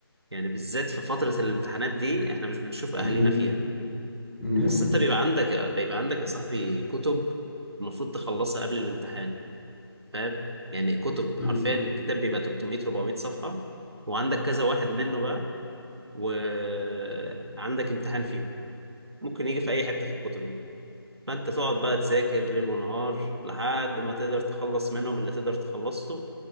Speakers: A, on the right; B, in the centre.
A: يعني بالذات في فترة الامتحانات دي احنا مش بنشوف اهالينا
B: مم.
A: فيها
B: انا عارف
A: بس انت بيبقى عندك بيبقى عندك يا صاحبي كتب المفروض تخلصها قبل الامتحان فاهم يعني كتب
B: مم.
A: حرفيا الكتاب بيبقى 300 400 صفحة وعندك كذا واحد منه بقى وعندك امتحان فيهم ممكن يجي في اي حتة في الكتب دي فانت تقعد بقى تذاكر ليل ونهار لحد ما تقدر تخلص منهم اللي تقدر تخلصه